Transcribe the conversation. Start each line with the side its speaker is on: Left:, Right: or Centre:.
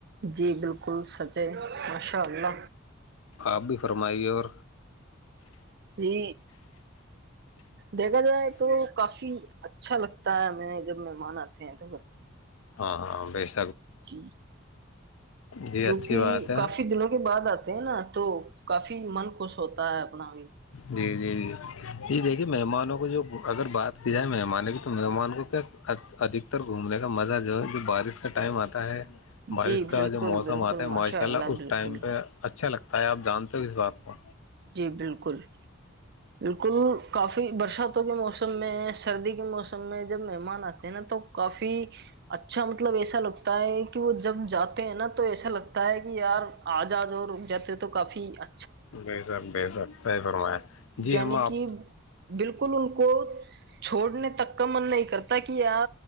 Right: جی بالکل سچے ماشاء اللہ
Left: آپ بھی فرمائیے اور
Right: جی دیکھا جائے تو کافی اچھا لگتا ہے ہمیں جب مہمان آتے ہیں تو گھر پہ
Left: ہاں ہاں ہاں بیس
Right: جی
Left: جی
Right: کیونکہ
Left: اچھی بات ہے
Right: کافی دنوں کے بعد آتے ہیں نا تو کافی من خوش ہوتا ہے اپنا بھی
Left: جی جی جی جی دیکھیے مہمانوں کو جو اگر بات کی جائے مہمانوں کی تو مہمان کو کیا ادھکتر گھومنے کا مزہ جو ہے جو بارش کا ٹائم آتا ہے بارش
Right: جی
Left: کا
Right: بالکل
Left: جو موسم
Right: بالکل
Left: آتا ہے ماشاء اللہ اس
Right: بالکل
Left: ٹائم پہ اچھا لگتا ہے بتائی آپ جانتے ہو اس بات کو
Right: جی بالکل بالکل کافی برساتوں کے موسم میں سردی کے موسم میں جب مہمان آتے ہیں نا تو کافی اچھا مطلب ایسا لگتا ہے کہ وہ جب جاتے ہیں نا تو ایسا لگتا ہے کہ یار آج آج اور رک جاتے تو کافی ا
Left: ب سر ب سر صحی فرمایا جی
Right: یعنی
Left: ہم آپ
Right: کہ بالکل ان کو چھوڑنے تک کا من نہیں کرتا تاک آ